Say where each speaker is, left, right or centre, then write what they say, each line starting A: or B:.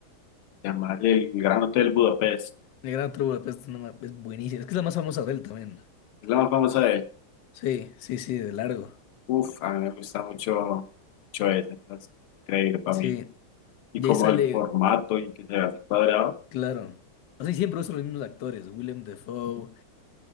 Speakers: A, on the left; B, on the left.
A: llamar el Gran Hotel Budapest.
B: El Gran Truco es, es buenísimo. Es que es la más famosa de él también.
A: Es la más famosa de él.
B: Sí, sí, sí, de largo.
A: Uf, a mí me gusta mucho, mucho ese, es increíble para
B: Sí.
A: mí. Y
B: Y
A: como
B: ahí sale,
A: el formato y que se vea así cuadrado,
B: claro. O sea, y siempre usan los mismos actores. William Defoe.